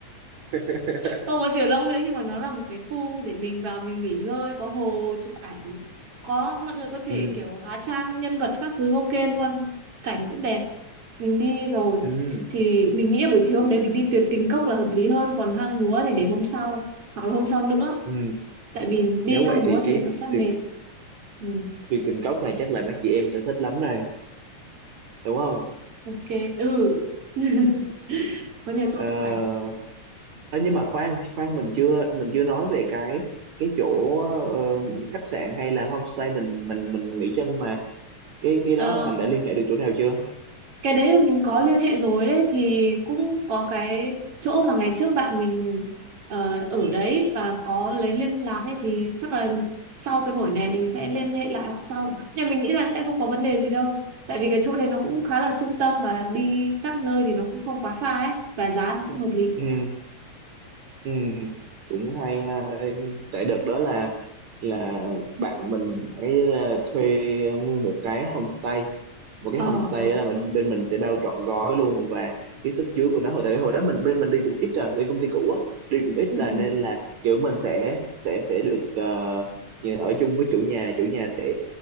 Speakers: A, on the right (about 70°); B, on the right (about 50°).
A: <laughs>
B: không có tiểu long nữa nhưng mà nó là một cái khu để mình vào mình nghỉ ngơi có hồ chụp ảnh có mọi người có thể
A: ừ
B: kiểu hóa trang nhân vật các thứ ok luôn cảnh cũng đẹp mình đi rồi
A: ừ
B: thì mình nghĩ là buổi chiều
A: ừ
B: hôm đấy mình đi tuyệt tình cốc là hợp lý hơn còn hang múa thì để hôm sau hoặc là hôm sau nữa
A: ừ
B: tại vì đi
A: nếu
B: hang
A: vậy thì
B: múa
A: cái
B: thì nó sẽ mệt
A: tuyệt
B: ừ,
A: tuyệt tình cốc này chắc là mấy chị em sẽ thích lắm đây đúng không
B: ok ừ <laughs> có nhiều chỗ
A: ờ
B: chụp ảnh
A: à, nhưng mà khoan khoan mình chưa mình chưa nói về cái cái chỗ ờ, khách sạn hay là homestay mình mình mình nghỉ chân mà cái cái
B: Ờ,
A: đó Thành đã liên hệ được chỗ nào chưa
B: cái đấy là mình có liên hệ rồi đấy thì cũng có cái chỗ mà ngày trước bạn mình ờ, ở đấy và có lấy liên lạc ấy thì chắc là sau cái buổi này mình sẽ liên hệ lại họ sau nhưng mình nghĩ là sẽ không có vấn đề gì đâu tại vì cái chỗ này nó cũng khá là trung tâm và đi các nơi thì nó cũng không quá xa ấy và giá nó cũng hợp lý
A: ừ ừ cũng hay ha. Ê, tại đợt đó là là bạn mình ấy là thuê nguyên một cái homestay một cái
B: ờ
A: homestay
B: ờ
A: đó là mình bên mình sẽ bao trọn gói luôn và cái sức chứa của nó hồi tại hồi đó mình bên mình đi cũng ít rồi bên công ty cũ á đi cũng ít
B: ừ,
A: là
B: ừ.
A: nên là kiểu mình sẽ sẽ sẽ được ờ, như ở chung với chủ nhà chủ nhà sẽ